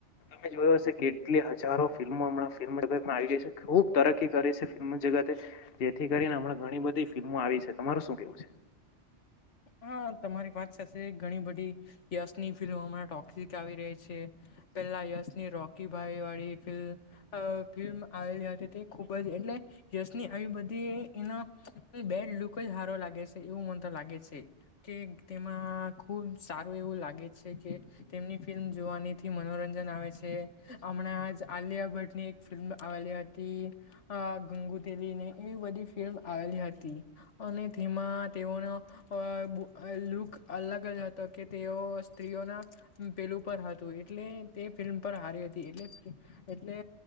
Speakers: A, on the left; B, on the left.
A: તમે જોયો હશે કેટલી હજારો ફિલ્મો હમણાં ફ તમાં આવી ગઈ છે ખુબ તરકી કરી છે. ફિલ્મ જગતે જેથી કરીને હમણા ઘણી બધી ફિલ્મો આવી છે. તમારું શું કેવું છે?
B: હા તમારી વાત સાચી ઘણી બધી યશની ફિલ્મમાં ટોકિક આવી રહી છે. પેલા યશની રોકી ભાઈ વાળી ફિલ્મ અ ફિલ્મ આવેલી હતી તે ખૂબ જ એટલે યશની આવી બધી એનો બેડ લુક જ સારો લાગે છે એવું મન તો લાગે છે. કે તેમાં ખુબ સારું એવું લાગે છે કે તેમની ફિલ્મ જોવાનીથી મ મનોરંજન આવે છે. હમણાં જ આલિયા ભટ્ટની એક ફિલ્મ આવેલી હતી. અ ગંગુ તેલી એવી બધી ફિલ્મ આવેલી હતી અને તેમાં તેઓનો પણ અ લુક અલગ જ હતો કે તેઓ સ્ત્રીઓના પેલું પર હતું. એટલે તે ફિલ્મ પર હારી હતી એટલે એટલે